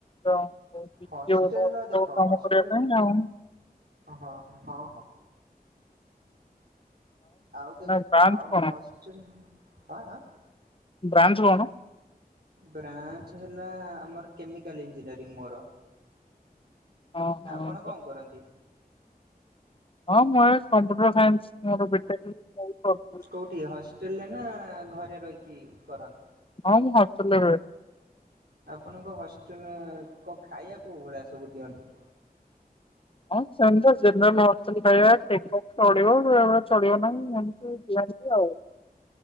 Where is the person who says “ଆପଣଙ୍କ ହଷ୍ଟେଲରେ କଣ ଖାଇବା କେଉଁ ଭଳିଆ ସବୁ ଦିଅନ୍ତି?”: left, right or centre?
Right